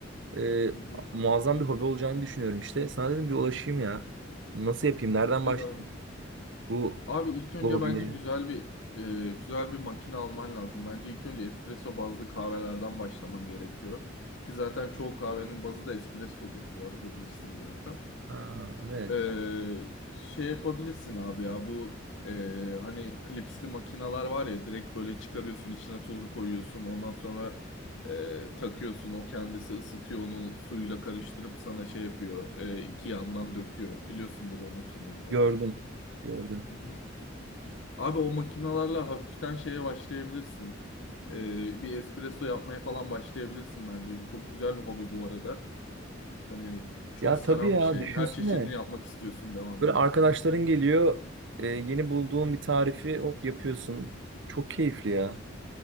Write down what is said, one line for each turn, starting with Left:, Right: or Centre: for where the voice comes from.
Right: E,
Left: Hı hı.
Right: muazzam bir hobi olacağını düşünüyorum işte. Sana dedim bir ulaşayım ya. Nasıl yapayım? Nereden
Left: Güzel
Right: başlayayım
Left: abi.
Right: bu
Left: Abi ilk önce
Right: bu hobiye?
Left: bence güzel bir e, güzel bir makine alman lazım. Bence ilk önce espresso bazlı kahvelerden başlaman gerekiyor. Ki zaten çoğu kahvenin bazı da espressodur bu arada bilirsiniz zaten.
Right: Ha, evet.
Left: Ee, şey yapabilirsin abi ya bu e, hani klipsli makineler var ya direkt böyle çıkarıyorsun içine tozu koyuyorsun ondan sonra e, takıyorsun o kendisi ısıtıyor onu suyla karıştırıp sana şey yapıyor e, iki yandan döküyor biliyorsundur o makinaları.
Right: Gördüm. Gördüm.
Left: Hı hı. Abi o makinalarla hafiften şeye başlayabilirsin. Ee, bir espresso yapmaya falan başlayabilirsin bence. Çok güzel bir hobi bu arada. Hani çok
Right: Ya
Left: saran
Right: tabii ya
Left: bir şey.
Right: düşünsene.
Left: Her çeşidini yapmak istiyorsun devamında.
Right: Böyle arkadaşların geliyor. e, yeni bulduğun bir tarifi hop yapıyorsun. Çok keyifli ya.